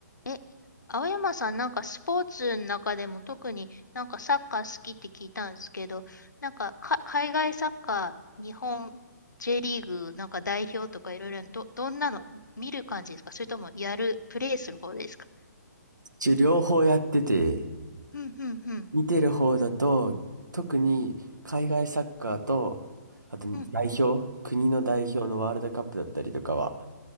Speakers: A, on the left; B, on the right.
A: え、青山さん、なんかスポーツの中でも特になんかサッカー好きって聞いたんですけど、なんか、か海外サッカー、日本 J リーグ、なんか代表とかいろいろ、ど、どんなの見る感じですかそれともやる、プレイする方ですか
B: 一応両方やってて、
A: うん、うん、うん。
B: 見てる方だと、特に海外サッカーと、あと代表、
A: うん。
B: 国の代表のワールドカップだったりとかは